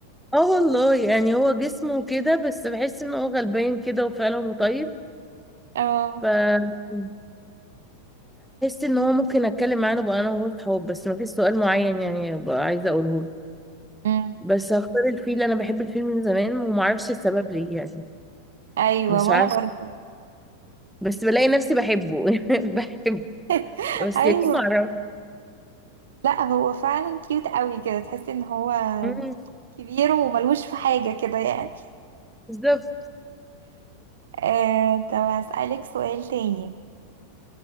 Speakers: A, in the centre; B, on the right (about 60°).
A: اه والله يعني هو جسمه كده بس بحس ان هو غلبان كده وفعلا طيب
B: اه
A: فاحس ان هو ممكن اتكلم معاه بقى انا وهو صحاب بس ما فيش سؤال معين يعني بقى عايزه اقوله له
B: أمم.
A: بس هختار الفيل انا بحب الفيل من زمان ومعرفش السبب ليه يعني
B: ايوه
A: مش
B: وانا
A: عارفه
B: برضه
A: بس بلاقي نفسي بحبه <laughs> بحبه
B: <laughs>
A: بس
B: ايوه
A: ليه معرفش
B: لا هو فعلا كيوت قوي كده تحسي ان هو
A: مم،
B: كبير وملهوش في حاجة كده يعني
A: بالظبط
B: آه، طب هسألك سؤال تاني